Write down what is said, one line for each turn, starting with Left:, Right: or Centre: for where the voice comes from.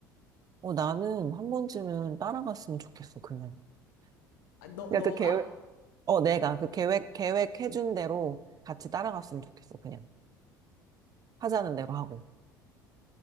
Right: 어, 나는 한 번쯤은 따라갔으면 좋겠어, 그냥.
Left: 아, 너
Right: 그냥
Left: 너가?
Right: 그 계획, 어, 내가 그 계획, 계획해준 대로 같이 따라갔으면 좋겠어, 그냥. 하자는 대로 하고.